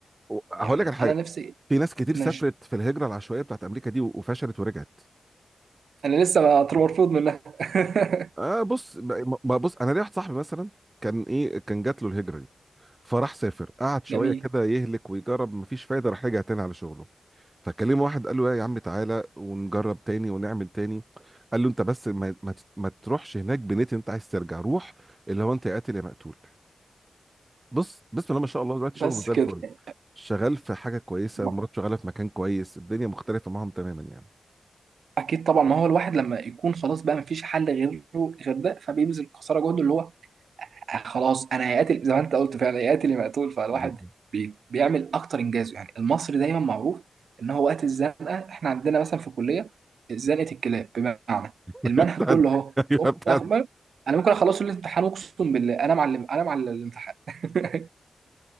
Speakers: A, on the right; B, on the right.
A: و- هقول
B: يعني
A: لك على حاجه
B: انا نفسي
A: في ناس كتير سافرت
B: ماشي
A: في الهجره العشوائيه بتاعت امريكا دي و- وفشلت ورجعت
B: انا لسه ما- مرفوض منها <laughs>
A: اه بص ب- ما بص انا ليا واحد صاحبي مثلا كان ايه كان جات له الهجره دي فراح سافر قعد شويه
B: جميل
A: كده يهلك ويجرب مفيش فايده راح رجع تاني على شغله فكلمه واحد قال له يا عم تعالى ونجرب تاني ونعمل تاني قال له انت بس ما, ما, ت- ما تروحش هناك بنيت انت عايز ترجع روح اللي هو انت يا قاتل يا مقتول بص بسم الله ما شاء الله دلوقتي
B: بس
A: شغله زي
B: كده
A: الفل شغال في حاجه كويسه
B: ما-
A: ومراته شغاله في مكان كويس الدنيا مختلفه معاهم تماما يعني
B: اكيد طبعا ما هو الواحد لما يكون خلاص بقى مفيش حل غيره غير ده فبيبذل قصارى جهده اللي هو خلاص انا هيقاتل زي ما انت قلت فعلا هيقاتل يا مقتول فالواحد
A: بالظبط.
B: بي بيعمل اكتر انجازه يعني المصري دايما معروف ان هو وقت الزنقه احنا عندنا مثلا في الكليه زنقه الكلاب بمعنى
A: <laughs>
B: المنهج
A: بتاعت
B: كله اهو
A: ايوه
B: أقوم
A: بتاعت
B: أخبر انا ممكن اخلصه الامتحان اقسم بالله انا معلم انا معلم الامتحان <laughs>